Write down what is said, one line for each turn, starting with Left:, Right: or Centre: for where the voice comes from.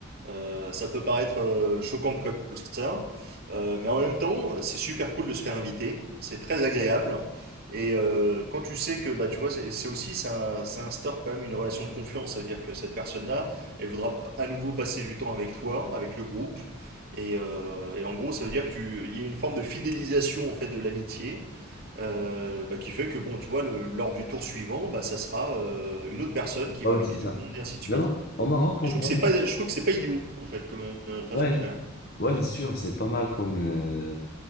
Right: Euh, ça peut paraître euh, choquant comme ça, euh, mais en même temps, c'est super cool de se faire inviter, c'est très agréable. Et euh, quand tu sais que, bah, tu vois, c'est c'est aussi, ça, ça instaure quand même une relation de confiance. Ça veut dire que cette personne-là, elle voudra p- à nouveau passer du temps avec toi, avec le groupe. Et, euh, et en gros, ça veut dire qu'il y a une forme de fidélisation en fait de l'amitié, euh, bah, qui fait que, bon, tu vois, le- lors du tour suivant, bah, ça sera euh, une autre personne qui
Left: Ah
Right: va
Left: ouais,
Right: inviter
Left: c'est ça.
Right: tout le monde et ainsi de suite.
Left: Non, non, au Maroc,
Right: Et
Left: on
Right: je
Left: voit.
Right: trouve que c'est pas, je trouve que c'est pas idiot, en fait, comme euh, façon
Left: Ouais,
Right: de faire.
Left: ouais, c'est sûr, c'est pas mal comme euh,